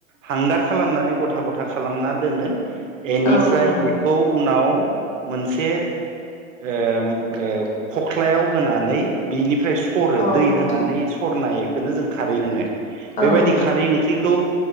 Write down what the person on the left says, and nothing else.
औ औ
औ
नोंथां
औ
औ